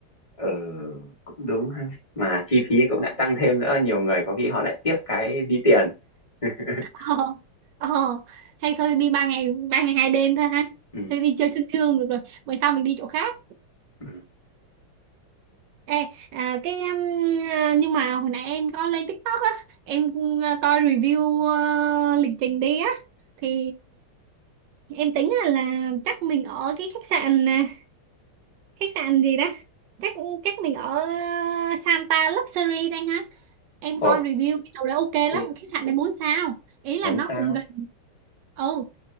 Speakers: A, on the left; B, on the right.
A: ừ cũng đúng ha mà chi phí cũng lại tăng thêm nữa nhiều người có khi họ lại tiếc cái ví tiền <laughs>
B: <laughs> Ờ ờ hay thôi đi 3 ngày 3 ngày 2 đêm thôi ha.
A: ừ.
B: Thôi đi chơi sương sương được rồi. Bữa sau mình đi chỗ khác.
A: ừ.
B: Ê à, cái um, à, nhưng mà hồi nãy em có lên TikTok á, em à, coi review à, lịch trình đi á thì em tính là, là chắc mình ở cái khách sạn à, khách sạn gì đó chắc chắc mình ở ờ, Santa Luxury đây ha em
A: Ồ,
B: coi review cái chỗ đấy ok
A: thế
B: lắm khách sạn đấy bốn sao ý là
A: muốn
B: nó
A: sao?
B: cũng gần ồ